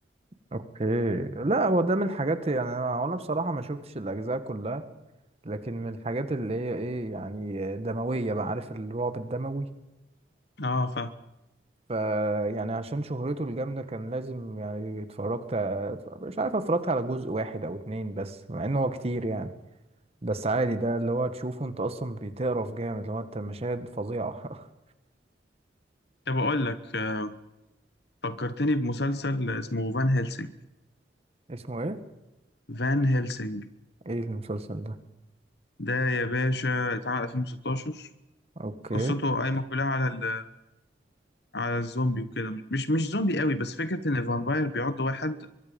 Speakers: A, on the right (about 35°); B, on the left (about 65°).
A: اوكي لا هو ده من الحاجات يعني انا وانا بصراحه ما شفتش الاجزاء كلها لكن من الحاجات اللي هي ايه يعني دمويه بقى عارف الرعب الدموي
B: اه ف
A: ف يعني عشان شهرته الجامده كان لازم يعني اتفرجت مش عارف اتفرجت على جزء واحد او اتنين بس مع انه هو كتير يعني بس عادي ده اللي هو تشوفه انت اصلا بتقرف جامد اللي هو انت مشاهد فظيعه <laughs>
B: طب اقول لك آه، فكرتني بمسلسل اسمه فان هيلسينج
A: اسمه ايه
B: فان هيلسينج
A: ايه المسلسل ده
B: ده يا باشا اتعمل 2016
A: اوكي
B: قصته قايمه كلها على ال على الزومبي وكده مش مش مش زومبي قوي بس فكره ان الفامباير بيعض واحد